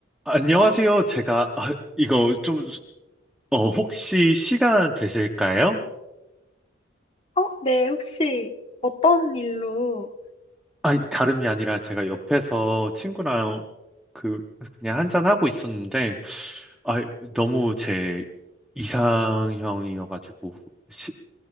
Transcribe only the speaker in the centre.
안녕하세요. 제가, 아, 이거 좀, 어, 혹시 시간 되실까요?
아, 이- 다름이 아니라 제가 옆에서 친구랑 그, 그냥 한잔하고 있었는데, 아, 너무 제 이상형이어가지고, 시-